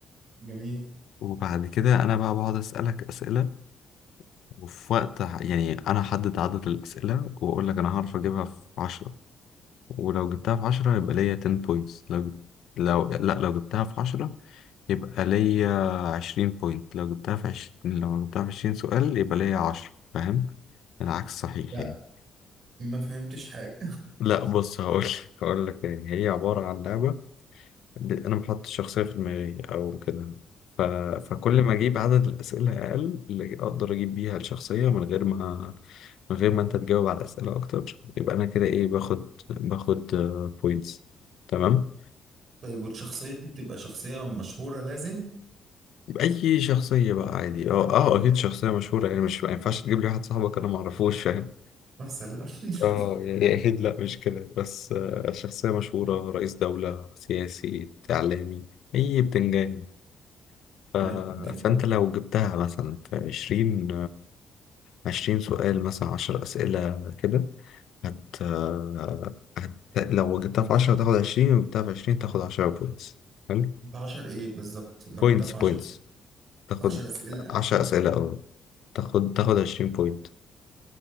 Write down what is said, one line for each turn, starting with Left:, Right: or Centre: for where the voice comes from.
Right: جميل
Left: وبعد كده انا بقى بقعد اسالك اسئله وفي وقت ح- يعني انا احدد عدد الاسئله واقول لك انا هعرف اجيبها في 10 ولو جبتها في عشرة يبقى ليا 10 بوينتس لو جب... لو لا لو جبتها في عشرة يبقى ليا 20 بوينت لو جبتها في 20 لو جبتها في 20 سؤال يبقى ليا 10 فاهم العكس صحيح
Right: لا
Left: يعني
Right: ما فهمتش حاجة
Left: لا بص هقول لك هقول لك تاني هي عبارة عن لعبة ب- أنا بحط الشخصية في دماغي أو كده ف... فكل
Right: <laughs>
Left: ما أجيب عدد الأسئلة أقل اللي أقدر أجيب بيها الشخصية من غير ما من غير ما أنت تجاوب على أسئلة أكتر يبقى أنا كده إيه باخد باخد بوينتس تمام
Right: طيب والشخصية دي بتبقى شخصية مشهورة لازم
Left: اي شخصيه بقى عادي اه اه اكيد شخصيه مشهوره يعني مش ما ينفعش تجيب لي واحد صاحبك انا ما اعرفوش فاهم
Right: مثلا
Left: اه
Right: <laughs>
Left: يعني اكيد لا مش كده بس آه، شخصيه مشهوره رئيس دوله سياسي اعلامي اي بتنجاني ف...
Right: طيب جميل
Left: فانت لو جبتها مثلا في 20 20 سؤال مثلا 10 اسئله كده هت... آه، هت لو جبتها في 10 تاخد 20 لو جبتها في 20 تاخد 10 بوينتس حلو
Right: في 10 إيه بالظبط لو
Left: بوينتس
Right: جبتها في
Left: بوينتس
Right: 10
Left: تاخد
Right: في 10 أسئلة
Left: 10 اسئله اه تاخد تاخد 20 بوينت